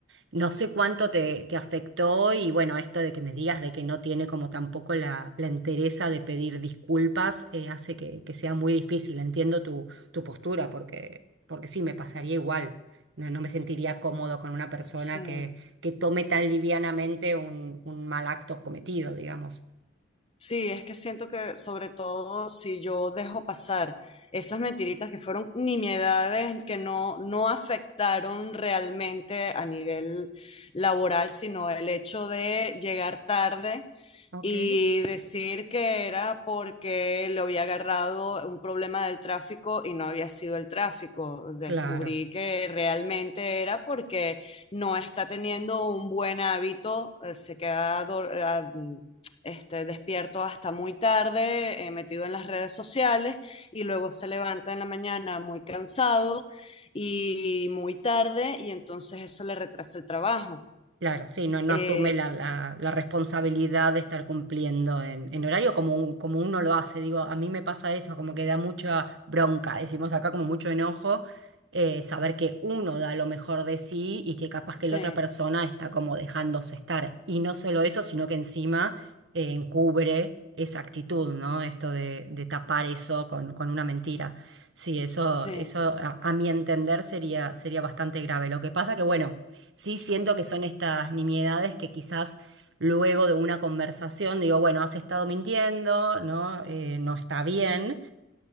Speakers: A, on the right; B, on the left.
A: No sé cuánto te, te afectó y bueno, esto de que me digas de que no tiene como tampoco la, la entereza de pedir disculpas eh, hace que, que sea muy difícil. Entiendo tu, tu postura porque, porque sí, me pasaría igual. No, no me sentiría cómodo con una persona
B: sí,
A: que, que tome tan livianamente un, un mal acto cometido, digamos.
B: sí, es que siento que sobre todo si yo dejo pasar esas mentiritas que fueron nimiedades que no, no afectaron realmente a nivel laboral, sino el hecho de llegar tarde
A: Ok.
B: y decir que era porque le había agarrado un problema del tráfico y no había sido el tráfico. Descubrí
A: Claro.
B: que realmente era porque no está teniendo un buen hábito, eh, se queda dor- a- este, despierto hasta muy tarde, eh, metido en las redes sociales y luego se levanta en la mañana muy cansado y muy tarde y entonces eso le retrasa el trabajo.
A: Claro, sí, no, no
B: Eh,
A: asume la, la- la responsabilidad de estar cumpliendo en, en horario como, un- como uno lo hace. Digo, a mí me pasa eso, como que da mucha bronca, decimos acá como mucho enojo, eh, saber que uno da lo mejor de sí y que capaz
B: sí,
A: que la otra persona está como dejándose estar. Y no solo eso, sino que encima eh, encubre esa actitud, ¿no? Esto de, de tapar eso con, con una mentira. Sí, eso,
B: sí,
A: eso a, a mi entender sería, sería bastante grave. Lo que pasa que, bueno. Sí siento que son estas nimiedades que quizás luego de una conversación digo, bueno, has estado mintiendo, ¿no? Eh, no está bien